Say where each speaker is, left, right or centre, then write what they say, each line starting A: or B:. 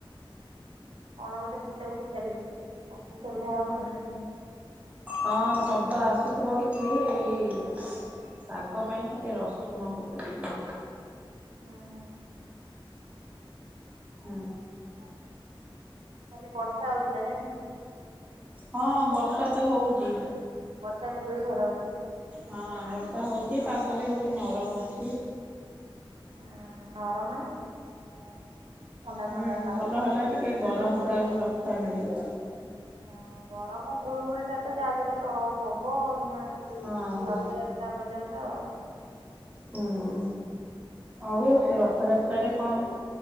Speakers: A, on the right (about 85°); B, on the right (about 15°).
A: କଣ ବୋଧେ କୁଟା କୁଟି ଚାଲିଛି କଁ ପିଠା ଫିଟା ହବ ନା କଁ?
B: ହଁ ଶବ୍ଦ ଆସୁଥିବ କିଛି ଏଇ ଏଇ ଶାଗ ପାଇଁ ଟିକେ ରସୁଣ କୁଟୁଥିଲି।
A: ହୁଁ ହୁଁ।
B: ହୁଁ।
A: ହଁ କାଲି ବର୍ଷା ହଉଥିଲା ଜାଣିଚ?
B: ହଁ ବର୍ଷା ତ ହୋଉଚି।
A: ବର୍ଷା, ବିଜୁଳି, ଘଡଘଡ଼ି।
B: ହଁ ବର୍ଷା ହୋଉଛି ପାଗ ବି ବୋହୁତ୍ ନରମ୍ ଅଛି।
A: ହୁଁ ନରମ ମାନେ ବୋହୁତ ନରମ ଅଛି ଥଣ୍ଡା
B: ହୁଁ
A: ଥଣ୍ଡା ପାାଗଟା।
B: ଭଲ ହେଲା ଟିକେ ଗରମ ଦାଉରୁ ରକ୍ଷା ମିଳିଲା।
A: ହଁ ଗରମ ଗୁଳୁ ଗୁଳି ଟା ତ ଯାହା ବି ହେଲେ ର ହବ ଏଇନା।
B: ହଁ ହଁ
A: ରଥଯାତ୍ରା ପର୍ଯ୍ୟନ୍ତ ଆଉ।
B: ହୁଁ ଆଉ ରଥଯା ତ୍ରା ରେ କଣ ପୁ